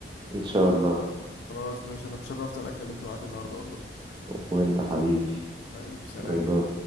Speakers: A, on the right; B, on the left.
A: ان شاء الله
B: خلاص ماشي انا اتشرفت إن انا اتكلمت معاك النهاردة والله
A: وانت حبيبي
B: حبيب سلام
A: باي باي